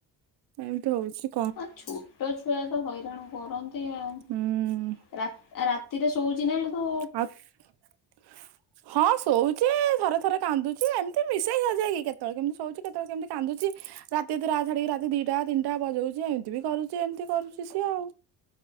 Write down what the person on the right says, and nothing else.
ଏମିତି ହଉଚି
ହୁଁ
<inaudible> ହଁ ଶୋଉଚି ଥରେ ଥରେ କାନ୍ଦୁଚି ଏମିତି ମିଶେଇକି ସଜେଇକି କେତେବେଳେ କେମିତି ଶୋଉଚି କେତେବେଳେ କେମିତି କାନ୍ଦୁଚି ରାତିଅଧରେ ରାଛାଡ଼ିକି ରାତି ଦିଟା ତିନିଟା ବଜଉଚି ଏମତିବି କରୁଚି ଏମିତି କରୁଚି ସିଏ ଆଉ।